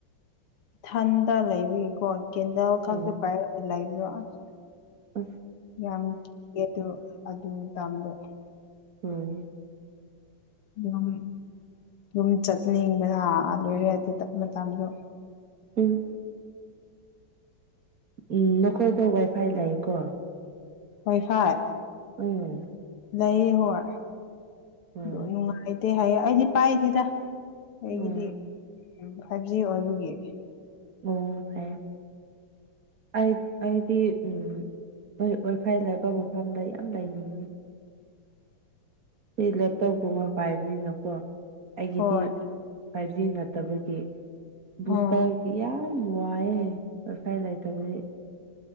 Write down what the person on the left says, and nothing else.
ꯏꯊꯟꯇ ꯂꯩꯕꯒꯤꯀꯣ ꯀꯦꯟꯗꯜ ꯈꯛꯇ
ꯄꯥꯏꯔꯒ ꯂꯩꯕꯗꯣ ꯑꯁ
ꯌꯥꯝ ꯀꯤꯌꯦ ꯑꯗꯨ ꯑꯗꯨ ꯃꯇꯝꯗꯣ
ꯑꯗꯨꯝ ꯌꯨꯝ ꯆꯠꯅꯤꯡꯕꯅ ꯂꯣꯏꯔꯦ ꯑꯗꯨ ꯃꯇꯝꯗꯣ
ꯋꯥꯏ ꯐꯥꯏ
ꯂꯩꯌꯦ ꯍꯣꯏ
ꯑꯗꯨ ꯅꯨꯉꯥꯏꯇꯦ ꯍꯥꯏꯌꯦ ꯑꯩꯗꯤ ꯄꯥꯏꯗꯦꯗ ꯑꯩꯒꯤꯗꯤ
ꯐꯥꯏꯚ ꯖꯤ ꯑꯣꯏꯕꯒꯤ
ꯍꯣꯏ
ꯎꯝ